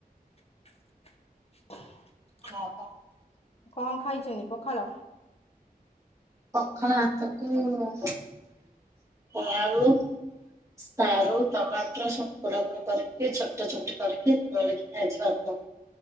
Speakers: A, on the left (about 40°); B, on the right (about 20°).
A: <inaudible>
B: <unintelligible>
A: କଣ ଖାଇଚନ୍ତି ପଖାଳ।
B: <unintelligible> <unintelligible> ଆଳୁ। ସାରୁ ଟମାଟର ସବୁ ପୋଡା ପୋଡ କରିକି ଛୋଟ ଚୋଟି କରିକି ମିଳିକି ଖାଇଛି ଭାତ